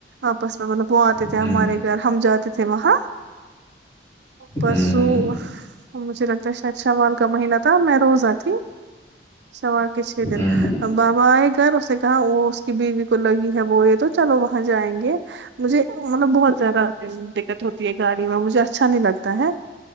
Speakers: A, on the right; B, on the left.
A: آپس میں مطلب وہ آتے تھے
B: ہوں
A: ہمارے اگر ہم جاتے تھے وہاں پرسوں
B: ہوں ہوں ہوں
A: مجھے لگتا ہے شاید شمال کا مہینہ تھا میں روزہ ت شمال کے چھ دن
B: ہوں
A: بابا آئے گھر اس نے کہا وہ اس کی بیوی کو لگی ہے وہ یہ تو چلو وہاں جائیں گے مجھے مطلب بہت زیادہ دقت ہوتی ہے گاڑی میں مجھے اچھا نہیں لگتا ہے